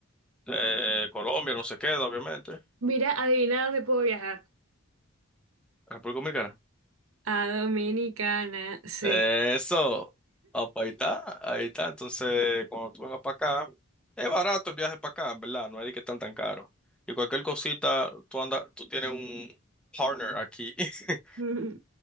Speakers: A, in the centre; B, on the right.
A: Eh, Colombia, no se queda, obviamente.
B: Mira, adivina dónde puedo viajar.
A: República Dominicana.
B: A Dominicana, sí.
A: Eh, eso, apa, ahí está, ahí está. Entonces, cuando tú vengas para acá, es barato el viaje para acá, ¿verdad? No es de que están tan caro. Y cualquier cosita, tú andas, tú tienes un partner aquí <laughs>
B: <laughs> Ujú.